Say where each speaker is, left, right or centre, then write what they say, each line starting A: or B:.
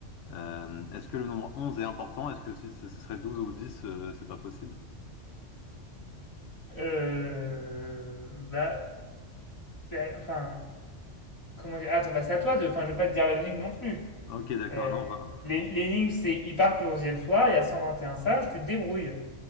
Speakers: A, on the left (about 75°); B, on the left (about 25°).
A: Euh, est-ce que le nombre 11 est important? Est-ce que si ce ce serait 12 ou 10, euh, c'est pas possible?
B: Euh... Bah... bah, Enfin, comment dire? Attends, bah c'est à toi de... Enfin, je vais pas te dire l'énigme non plus.
A: Ok, d'accord,
B: Euh,
A: non, enfin,
B: l'é- L'énigme, c'est ils partent le onzième soir, il y a 121 singes, tu te débrouilles.